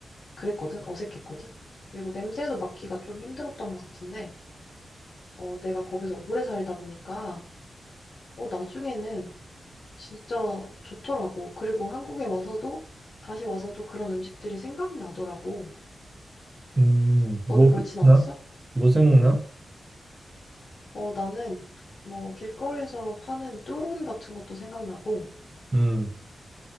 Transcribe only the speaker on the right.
음, 뭐
생각나?
뭐 생각나?
음,